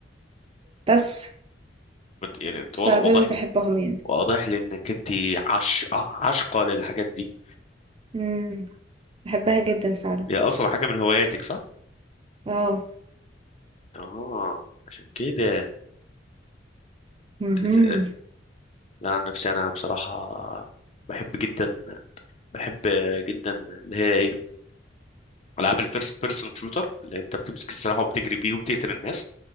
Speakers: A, on the right (about 30°); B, on the left (about 35°).
A: بس
B: بت- يعني أنت
A: فدول
B: واضح واضح
A: اللي بحبهم
B: لي
A: يعني
B: واضح لي إنك أنت عش آه، عاشقة للحاجات دي
A: إمم، باحبها جدًا فعلًا،
B: هي أصلا حاجة من هواياتك صح؟
A: آه،
B: أه عشان كده
A: اهم،
B: أنت بت... لا عن نفسي أنا بصراحة بحب جدا بحب جدا اللي هي إيه؟ ألعاب الفيرست بيرسون شوتر اللي أنت بتمسك السلاح وبتجري بيه وبتقتل الناس